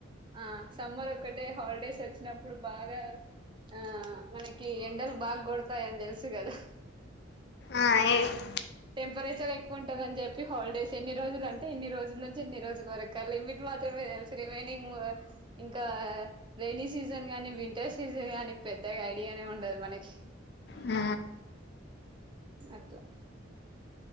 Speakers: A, on the right; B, on the left.
A: ఆ సమ్మర్ ఒకటే హాలిడేస్ వచ్చినప్పుడు బాగా బాగా ఆ మనకి ఎండలు బాగా కొడతాయని తెలుసు కదా
B: ఆ ఎస్
A: టెంపరేచర్ ఎక్కువ ఉంటందని చెప్పి హాలిడేస్ ఎన్ని రోజులు అంటే ఎన్ని రోజుల నుంచి రుల ట్ మాత్రమే రిమని ఇం రన్ కానీ వింటర్ సీజన్ కాగానీ పెద్దగా ఐడియానే ఉండదు మనకి
B: ఆ
A: అట్లా